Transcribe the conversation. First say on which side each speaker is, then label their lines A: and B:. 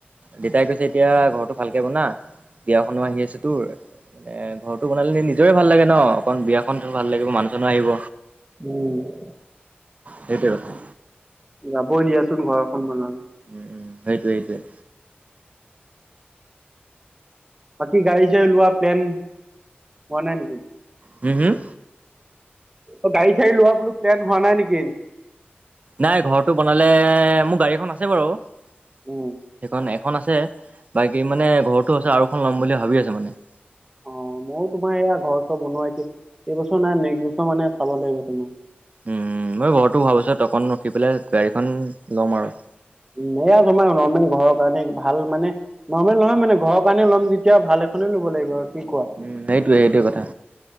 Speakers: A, on the right; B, on the right.
A: দেউতাই কৈছে এতিয়া ঘৰটো ভালকে বনা বিয়াখনো আহি আছে তোৰ এনে ঘৰটো বনালে নিজৰে ভাল লাগে ন' অকন বিয়াখন ভাল লাগিব মানুহ চানোহ আহিব।
B: উম।
A: সেইটোৱে কথা।
B: যাবই দিয়াচোন ঘৰখন বনালে।
A: উম, সেইটোয়ে-সেইটোৱে।
B: বাকী গাড়ী চাড়ী লোৱা প্লেন, হোৱা নাই নেকি?
A: হুম- হুম।
B: অ', গাড়ী চাৰি লোৱা বুলো প্লেন হোৱা নাই নেকিন?
A: নাই ঘৰটো বনালে মোৰ গাড়ী এখন আছে বাৰু। সেইখন
B: উম
A: এখন আছে, বাকী মানে ঘৰতটো আছে আৰুখন ল'ম বুলি ভাবি আছো মানে।
B: অ ময়ো তোমাৰ এয়া ঘৰ চৰ বনোৱাইছো, এইবছৰ নাই নেক্স বছৰ মানে চাব লাগিব তোমাৰ।
A: উম, মই ঘৰতো হোৱা পাছত অকন ৰখি পেলাই গাড়ীখন ল'ম আৰু।
B: উম, এয়া তোমাৰ নৰ্মেল ঘৰৰ কাৰণে ভাল মানে নৰ্মেল নহয় মানে ঘৰৰ কাৰণে ল'ম যেতিয়া ভাল এখনে ল'ব লাগিব আৰু। কি কোৱা
A: উম, সেইটোয়ে-সেইটোয়ে কথা,